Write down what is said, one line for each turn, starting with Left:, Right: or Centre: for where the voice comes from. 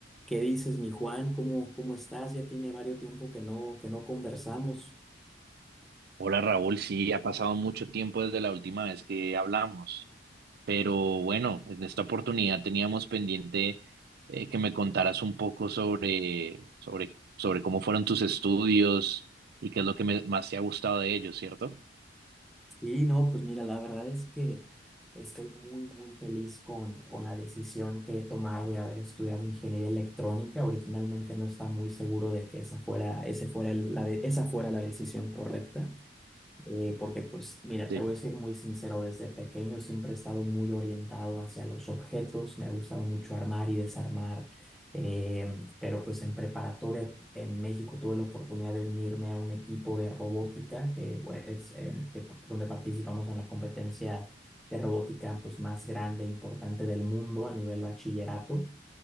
Centre: ¿Qué dices, mi Juan? ¿Cómo, cómo estás? Ya tiene varios tiempo que no, que no conversamos.
Right: Hola Raúl, sí, ha pasado mucho tiempo desde la última vez que hablamos, pero bueno, en esta oportunidad teníamos pendiente eh, que me contaras un poco sobre, sobre, sobre cómo fueron tus estudios y qué es lo que me- más te ha gustado de ellos, ¿cierto?
Centre: Y no, pues mira, la verdad es que estoy muy, muy feliz con, con la decisión que he tomado de haber estudiado ingeniería electrónica. Originalmente no estaba muy seguro de que esa fuera, ese fuera el- la de- esa fuera la decisión correcta. Eh, porque pues mira,
Right: Sí.
Centre: te voy a decir muy sincero, desde pequeño siempre he estado muy orientado hacia los objetos, me ha gustado mucho armar y desarmar, eh, pero pues en preparatoria en México tuve la oportunidad de unirme a un equipo de robótica, que bueno, es eh, que- donde participamos en la competencia de robótica pues más grande e importante del mundo a nivel bachillerato.